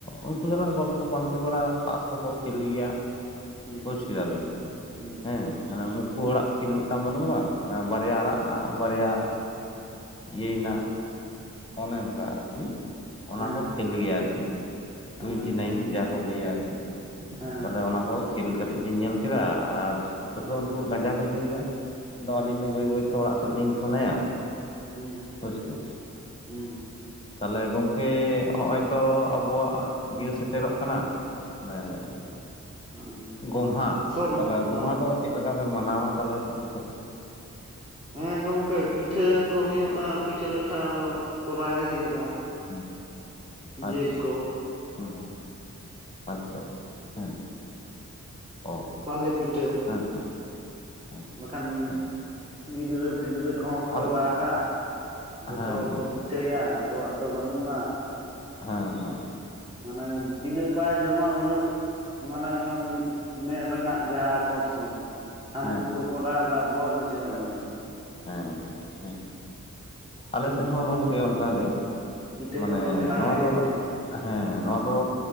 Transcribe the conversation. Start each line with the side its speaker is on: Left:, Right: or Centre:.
Left: ᱩᱱᱠᱩ ᱥᱟᱟᱜ ᱜᱚᱞᱯᱚ ᱯᱟᱱᱛᱮ ᱵᱟᱲᱟ ᱛᱟᱥ ᱠᱚᱠᱚ ᱠᱷᱮᱞ ᱜᱮᱭᱟ᱾
Right: ᱦᱩᱸ
Left: ᱵᱩᱡᱽ ᱠᱮᱫᱟ ᱵᱤᱱ
Right: ᱦᱩᱸ᱾
Left: ᱦᱮᱸ ᱦᱟᱱᱮ ᱢᱩᱠᱷᱩ
Right: ᱦᱩᱸ
Left: ᱦᱚᱲᱟᱜ ᱠᱷᱮᱞ ᱢᱤᱫᱴᱟᱝ ᱵᱟᱹᱱᱩᱜᱼᱟ ᱵᱟᱝ ᱵᱟᱨᱭᱟ
Right: ᱦᱩᱸ
Left: ᱨᱟᱜ ᱨᱮᱱᱟᱜ ᱵᱟᱨᱭᱟ ᱤᱭᱟᱹᱭᱱᱟ ᱚᱱᱮ ᱚᱱᱠᱟ ᱟᱨᱠᱤ ᱚᱱᱟ
Right: ᱦᱮᱸ
Left: ᱠᱚ ᱠᱷᱮᱞ ᱜᱮᱭᱟ ᱟᱨᱠᱤ ᱴᱩᱭᱮᱱᱴᱤ
Right: ᱦᱮᱸ
Left: ᱱᱟᱭᱤᱱ ᱡᱟᱦᱟᱸ ᱠᱚ ᱞᱟᱹᱭᱟ ᱟᱨᱠᱤ
Right: ᱦᱮᱸ
Left: ᱛᱟᱞᱦᱮ ᱚᱱᱟ ᱠᱚ ᱠᱷᱮᱞ ᱠᱟᱹᱴᱤᱡ ᱞᱤᱧ ᱧᱮᱞ ᱠᱮᱫᱟ᱾ ᱟᱨ ᱱᱤᱛᱚᱜ ᱫᱚ ᱩᱱᱠᱩ ᱜᱟᱸᱡᱟ ᱠᱚ ᱧᱩᱭᱮᱫᱟ ᱟᱫᱚ
Right: ᱦᱮᱸ
Left: ᱟᱹᱞᱤᱧ ᱫᱚ ᱵᱟᱹᱭ ᱵᱟᱹᱭᱛᱮ ᱚᱲᱟᱜ ᱥᱮᱫ ᱞᱤᱧ ᱩᱴᱷᱟᱹᱱᱟᱭᱟ᱾
Right: ᱦᱩᱸ᱾
Left: ᱯᱚᱨᱤᱥᱠᱟᱨ᱾
Right: ᱦᱩᱸ
Left: ᱛᱟᱦᱚᱞᱮ ᱜᱚᱝᱠᱮ ᱦᱚᱜᱼᱚᱭ ᱛᱚ ᱟᱵᱚᱣᱟᱜ ᱤᱭᱟᱹ ᱥᱮᱴᱮᱨᱚᱜ ᱠᱟᱱᱟ᱾ ᱢᱟᱱᱮ
Right: ᱦᱩᱸ
Left: ᱜᱚᱢᱦᱟ
Right: ᱥᱚᱨ
Left: ᱛᱟᱦᱚᱞᱮ ᱜᱚᱢᱦᱟ
Right: ᱦᱮᱸ
Left: ᱫᱚ ᱪᱮᱫ ᱞᱮᱠᱟ ᱯᱮ ᱢᱟᱱᱟᱣᱟ ᱛᱟᱦᱚᱞᱮ ᱟᱯᱮᱥᱮᱫ?
Right: ᱦᱮᱸ ᱜᱚᱝᱠᱮ ᱯᱤᱴᱷᱟᱹ ᱠᱚ ᱦᱩᱭᱩᱜᱼᱟ ᱯᱤᱴᱷᱟᱹ ᱞᱟᱴᱷᱟ ᱫᱚ ᱠᱚᱨᱟᱣ ᱜᱮ ᱦᱩᱭᱩᱜᱼᱟ᱾
Left: ᱦᱮᱸ
Right: ᱡᱤᱞ
Left: ᱟᱪᱪᱷᱟ᱾
Right: ᱠᱚ
Left: ᱦᱮᱸ ᱟᱪᱪᱷᱟ ᱦᱮᱸ᱾ ᱚ
Right: ᱛᱟᱞᱮ ᱯᱤᱴᱷᱟᱹ?
Left: ᱦᱮᱸ ᱦᱮᱸ᱾ ᱟᱪᱪᱷᱟ
Right: ᱵᱟᱠᱷᱟᱱ
Left: ᱦᱮᱸ
Right: ᱜᱤᱫᱽᱨᱟᱹ ᱯᱤᱫᱽᱨᱟᱹ ᱠᱚᱦᱚᱸ ᱠᱚ
Left: ᱟᱞᱮ
Right: ᱨᱟᱜᱟ ᱡᱚᱛᱚ
Left: ᱦᱮᱸ
Right: ᱦᱚᱲ
Left: ᱦᱮᱸ
Right: ᱠᱚ ᱯᱤᱴᱷᱟᱹᱭᱟ ᱟᱵᱚᱣᱟᱜ ᱫᱚ ᱵᱟᱹᱱᱩᱜᱼᱟ᱾
Left: ᱦᱮᱸ ᱦᱮᱸ᱾
Right: ᱢᱟᱱᱮ ᱛᱤᱱᱟᱹᱜ ᱵᱟᱭ ᱡᱚᱢᱟ ᱩᱱᱟᱹᱜ ᱢᱟᱱᱮ ᱚᱱᱟ ᱢᱮᱸᱫ ᱨᱮᱱᱟᱜ ᱡᱟᱦᱟᱸ ᱟᱠᱚᱨᱥᱚᱱ ᱦᱟᱹᱱᱠᱩ
Left: ᱦᱮᱸ
Right: ᱠᱚ ᱠᱚᱨᱟᱣᱫᱟ ᱟᱵᱚᱣᱟᱜ ᱫᱚ ᱪᱮᱫᱟᱜ ᱵᱟᱹᱱᱩᱜᱼᱟ?
Left: ᱦᱮᱸ ᱦᱮᱸ ᱦᱮᱸ᱾ ᱟᱞᱮ ᱥᱮᱫ
Right: ᱛᱟᱦᱚᱞᱮ
Left: ᱦᱚᱸ ᱜᱚᱝᱠᱮ ᱚᱱᱠᱟᱜᱮ
Right: ᱯᱤᱴᱷᱟᱹ
Left: ᱢᱟᱱᱮ
Right: ᱠᱚᱫᱚ ᱵᱮᱱᱟᱣ
Left: ᱱᱚᱣᱟ
Right: ᱜᱮ ᱦᱩᱭᱩᱜᱼᱟ
Left: ᱫᱚ ᱦᱮᱸ ᱱᱚᱣᱟ ᱫᱚ